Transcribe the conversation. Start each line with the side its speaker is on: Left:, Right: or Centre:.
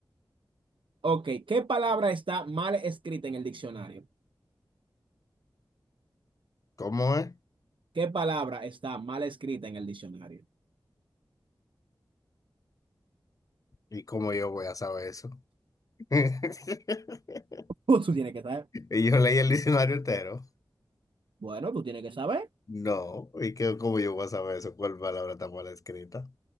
Right: Ok, ¿qué palabra está mal escrita en el diccionario?
Left: ¿Cómo es?
Right: ¿Qué palabra está mal escrita en el diccionario? <laughs>
Left: ¿Y cómo yo voy a saber eso? <laughs>
Right: Pues tú tienes que saber.
Left: Y yo leí el diccionario entero.
Right: Bueno, tú tienes que saber.
Left: No, y que cómo yo voy a saber eso, cuál palabra está mal escrita.